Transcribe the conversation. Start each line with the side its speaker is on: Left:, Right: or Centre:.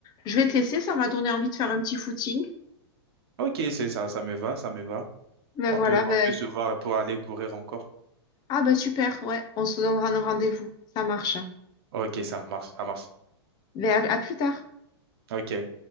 Left: je vais te laisser, ça m'a donné envie de faire un petit footing.
Right: Ok, c'est ça, ça me va, ça me va.
Left: Ben
Right: On
Left: voilà,
Right: peut,
Left: ben...
Right: on peut se voir pour aller courir encore.
Left: Ah ben super, ouais, on se donnera un rendez-vous, ça marche.
Right: Ok, ça marche, ça marche.
Left: Ben à à plus tard.
Right: Ok.